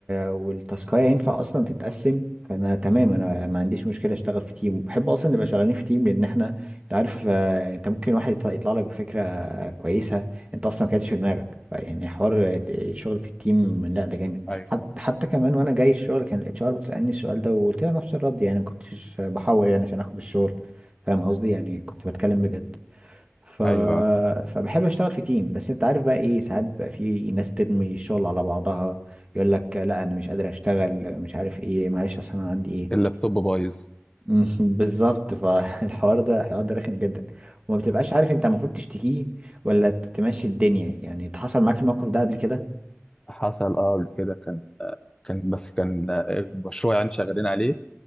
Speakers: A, on the right; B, on the left.
A: والتاسكاية ينفع اصلا تتقسم فانا تمام انا ما عنديش مشكله اشتغل في تيم وبحب اصلا نبقى شغالين في تيم لان احنا انت عارف آه، انت ممكن واحد يطلع يطلع لك بفكره آه، كويسه انت اصلا ما كانتش في دماغك فيعني حوار آه، الشغل في التيم لا ده جامد
B: ايوه
A: حت... حتى كمان وانا جاي الشغل كان الاتش ار بتسالني السؤال ده وقلت لها نفس الرد يعني ما كنتش بحور يعني عشان اخد الشغل فاهم قصدي يعني كنت بتكلم بجد ف...
B: ايوه
A: فبحب اشتغل في تيم بس انت عارف بقى ايه ساعات بقى في ناس ترمي الشغل على بعضها يقول لك لا انا مش قادر اشتغل مش عارف ايه معلش اصل انا عندي ايه
B: اللابتوب بايظ
A: <laughs> مم، بالظبط فالحوار <laughs> ده الحوار ده رخم جدا وما بتبقاش عارف انت المفروض تشتكيه ولا تمشي الدنيا يعني اتحصل معاك الموقف ده قبل كده
B: حصل اه قبل كده كان كان بس كان آه، مشروع يعني شغالين عليه